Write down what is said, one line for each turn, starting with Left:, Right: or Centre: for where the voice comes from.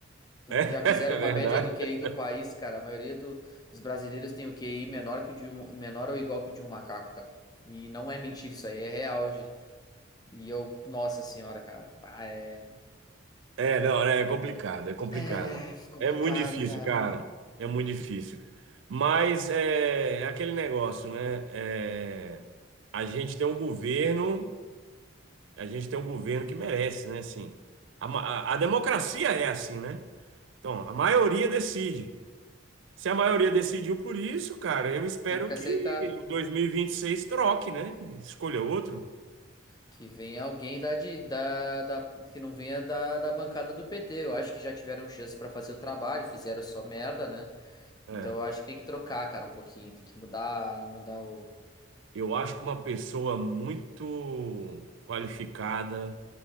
Right: <laughs> É,
Left: Já fizeram
Right: é
Left: uma
Right: verdade.
Left: média do QI do país, cara. A maioria do- dos brasileiros tem o QI menor que o de um, menor ou igual que o de um macaco, cara. E não é mentira isso aí, é real. gente. E eu, nossa senhora, cara. Ah, é,
Right: É, não, né, é complicado, é complicado.
Left: é complicado,
Right: É muito difícil,
Left: cara.
Right: cara. É muito difícil. Mas é, é aquele negócio, né? É, a gente tem um governo, a gente tem um governo que merece, né? Assim, a, ma- a- a democracia é assim, né? Então, a maioria decide. Se a maioria decidiu por isso, cara, eu espero
Left: Temos que
Right: que
Left: aceitar
Right: em 2026 troque, né? Escolha outro.
Left: que venha alguém da, de, da, da- que não venha da, da bancada do PT. Eu acho que já tiveram chance pra fazer o trabalho, fizeram só merda, né?
Right: É.
Left: Então eu acho que tem que trocar, cara, um pouquinho. Tem que mudar, mudar o
Right: Eu acho que uma pessoa muito qualificada